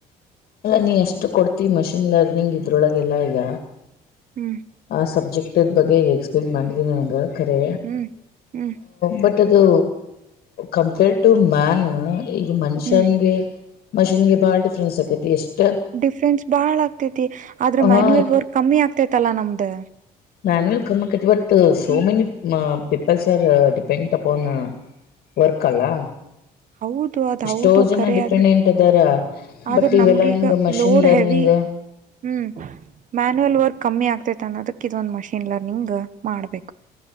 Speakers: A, on the left; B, on the right.
A: ಅಲ್ಲ ನೀ ಎಷ್ಟು ಕೊಡ್ತಿ ಮಷಿನ್ ಲರ್ನಿಂಗ್ ಇದ್ರೊಳಗೆಲ್ಲಾ ಈಗ
B: ಹ್ಮ್
A: ಆ ಸಬ್ಜೆಕ್ಟ್ದ ಬಗ್ಗೆ ಈಗ ಎಕ್ಸ್ಪ್ಲೇನ್ ಮಾಡಿದನಿ ನನಗೆ ಖರೆ
B: ಹ್ಮ್ ಹ್ಮ್
A: ಬಟ್ ಅದು ಕಂಪೇರ್ ಟು ಮ್ಯಾನ್ ಈಗ ಮನುಷ್ಯನ್ಗೆ
B: ಹ್ಮ್
A: ಮಷೀನ್ಗೆ ಬಾಳ ಡಿಫ್ರೆನ್ಸ್ ಆಕೈತಿ ಎಷ್ಟು
B: ಡಿಫೆನ್ಸ್ ಬಾಳ ಆಗ್ತೈತಿ ಆದ್ರೆ
A: ಹಾ
B: ಮ್ಯಾನ್ಯಯಲ್ ವರ್ಕ್ ಕಮ್ಮಿ ಆಗ್ತೈತಲ್ಲಾ ನಮ್ದ
A: ಮ್ಯಾನುವಲ್ ಕಮ್ಮಕ್ಕತಿ ಬಟ್ ಸೋ
B: ಹ್ಮ್
A: ಮೆನಿ ಇಪ್ಪತ್ತು ಸಾವಿರ ಡಿಪೆಂಡ್ ಅಪನ್ ವರ್ಕ ಅಲ್ಲಾ
B: ಹೌದು ಅದ್
A: ಎಷ್ಟೋ
B: ಹೌದು
A: ಜನ
B: ಕರೆ
A: ಡಿಪೆಂಡೆಂಟ್
B: ಆದ್ರೆ
A: ಇದದಾರ
B: ಆದ್ರ
A: ಬಟ್ ಇವೆಲ್ಲಾ
B: ನಮ್ಗೀಗ
A: ಹಿಂಗ ಮಷಿನ್
B: ಲೋಡ್
A: ಲರ್ನಿಂಗ್
B: ಹೆವಿ
A: ತ್ತೆ
B: ಹ್ಮ್ ಮ್ಯಾನವಲ್ ವರ್ಕ್ ಕಮ್ಮಿ ಆಗ್ತೈತೆ ಅನ್ನದಕ್ಕ ಇದೊಂದು ಮಷಿನ್ ಲರ್ನಿಂಗ್ ಮಾಡ್ಬೇಕು